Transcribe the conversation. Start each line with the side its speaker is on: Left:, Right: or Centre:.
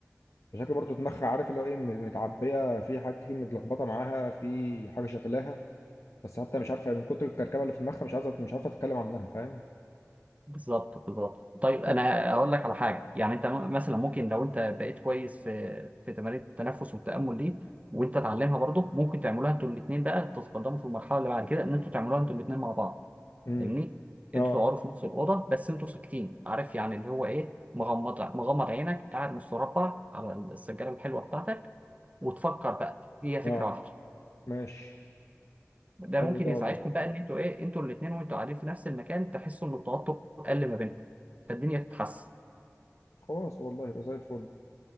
Left: فشكل برضو دماغها عارف اللي هو ايه متعبيه في حاجات كتير متلخبطه معاها في حاجه شغلاها بس حتى مش عارفه من كتر الكركبه اللي في دماغها مش عايزه مش عارفه تتكلم عنها فاهم
Right: بالظبط بالظبط طيب
Left: <laughs>
Right: انا اقول لك على حاجه يعني انت م- مثلا ممكن لو انت بقيت كويس في في تمارين التنفس والتامل دي وانت تعلمها برضه ممكن تعملوها انتوا الاثنين بقى تتقدموا في المرحله اللي بعد كده ان انتوا تعملوها انتوا الاثنين مع بعض
Left: امم
Right: فاهمني انتوا
Left: اه
Right: تقعدوا في نفس الاوضه بس انتوا ساكتين عارف يعني اللي هو ايه مغمض مغمض عينك قاعد مستربع على السجاده الحلوه بتاعتك وتفكر بقى هي فكره
Left: اه
Right: واحده
Left: ماشي
Right: ده
Left: حلو
Right: ممكن
Left: ده
Right: يساعدكم
Left: والله
Right: بقى ان انتوا ايه انتوا الاثنين وانتوا قاعدين في نفس المكان تحسوا ان التوتر قل ما بينكم فالدنيا تتحسن
Left: خلاص والله يبقى زي الفل